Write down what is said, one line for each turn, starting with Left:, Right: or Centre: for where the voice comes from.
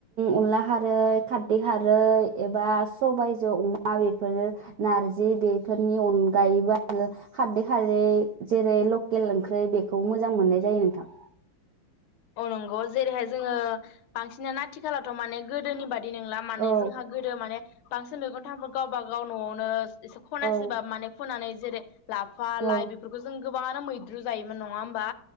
Right: अनला खारै खारदै खारै एबा सबायजो अमा बेफोरो नारजि बेफोरनि अनगायैबो आङो खार्दै खारै जेरै लकेल ओंख्रै बेखौ मोजां मोननाय जायो नोंथां।
Left: अ नंगौ जेरैहाय जोङो बांसिनानो आथिखालावथ माने गोदोनि बा दि नंला माने
Right: औ
Left: जोंहा गोदो माने <unintelligible> गावबा गाव नआवनो एसे खनासिबा
Right: औ
Left: माने फुनानै जेरै लाफा
Right: औ
Left: लाइ बेफोरखौ जों गोबाङानो मैद्रु जायोमोन नङा होमबा।